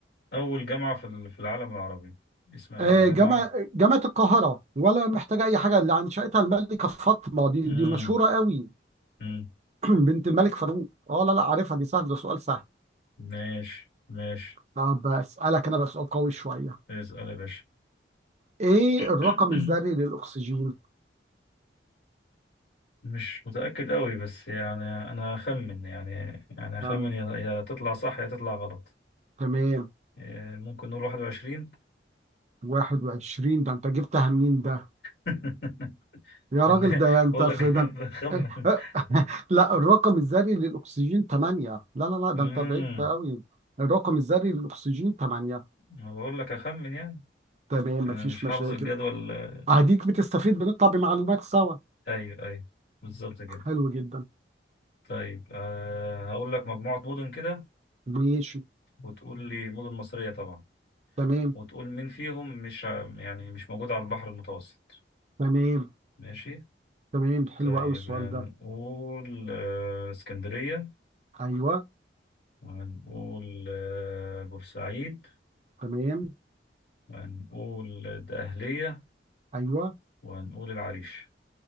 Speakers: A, on the left; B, on the right.
A: اول جامعة في ال- في العالم العربي اسم اول
B: آه،
A: جامعة
B: جامع جامعة القاهرة ولا محتاجة أي حاجة اللي أنشأتها الملكة فاطمة دي
A: امم
B: دي مشهورة قوي
A: امم
B: <clears throat> بنت الملك فاروق اه لا لا عارفها دي سهل ده سؤال سهل
A: ماشي ماشي
B: طب أسألك أنا بقى سؤال قوي شوية
A: اسأل يا باشا
B: إيه
A: <clears throat>
B: الرقم الذري للأكسجين؟
A: مش متأكد قوي بس يعني أنا أخمن يعني يعني أخمن
B: تم-
A: يا يا تطلع صح يا تطلع غلط
B: تمام
A: إيه، ممكن نقول واحد وعشرين
B: 21 ده أنت جبتها منين ده؟
A: <laughs>
B: يا
A: من
B: راجل
A: ده
B: ده انت
A: بقول
B: في
A: لك
B: ده
A: <laughs> بخمن
B: انت <laughs>
A: <laughs>
B: لا الرقم الذري للاكسجين 8 لا لا لا ده
A: امم
B: انت بعيد قوي الرقم الذري للاكسجين 8
A: أنا بقول لك أخمن يعني
B: تمام
A: أنا
B: مفيش
A: مش حافظ
B: مشاكل
A: الجدول آه،
B: اديك بتستفيد بنطلع بمعلومات سوا
A: أيوه أيوه بالظبط كده
B: حلو جدا
A: طيب أه هقول لك مجموعة مدن كده
B: ماشي
A: وتقول لي مدن مصرية طبعا
B: تمام
A: وتقول مين فيهم مش ع- يعني مش موجود على البحر المتوسط
B: تمام
A: ماشي
B: تمام حلو
A: طيب
B: قوي السؤال
A: هنقول
B: ده
A: آه، اسكندرية
B: ايوه
A: وهنقول آه، بورسعيد
B: تمام
A: وهنقول الدقهلية
B: ايوه
A: وهنقول العريش